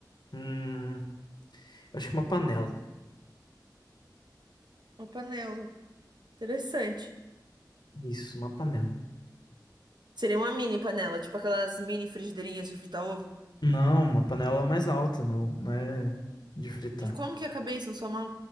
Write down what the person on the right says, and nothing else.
Uma panela. Interessante.
Seria uma mini panela, tipo aquelas mini frigideirinhas de fritar ovo.
E como que eu acabei isso na sua mão?